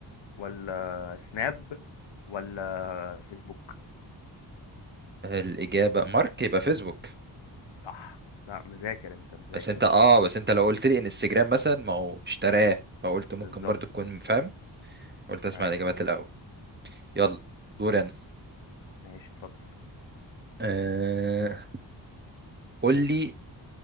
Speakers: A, on the left; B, on the right.
A: ولا سناب ولا فيسبوك
B: الإجابة مارك يبقى فيسبوك
A: صح لا مذاكر انت مذاكر
B: بس انت اه بس انت لو قلت لي انستجرام مثلا ما هو اشتراه فقلت ممكن
A: بالظبط
B: برضو تكون فاهم قلت اسمع
A: ايوه
B: الإجابات الأول يلا دور انا
A: ماشي اتفضل
B: آه... قول لي